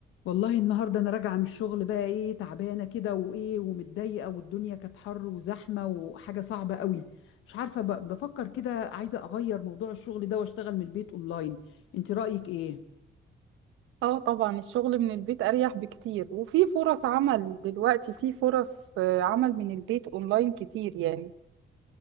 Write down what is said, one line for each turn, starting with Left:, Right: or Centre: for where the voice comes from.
Left: والله النهارده انا راجعه من الشغل بقى ايه تعبانه كده وايه ومتضايقه والدنيا كانت حر وزحمه وحاجه صعبه قوي مش عارفه ب- بفكر كده عايزه اغير موضوع الشغل ده واشتغل من البيت اونلاين انت رايك ايه
Right: اه طبعا الشغل من البيت اريح بكتير وفي فرص عمل دلوقتي في فرص آه، عمل من البيت اونلاين كتير يعني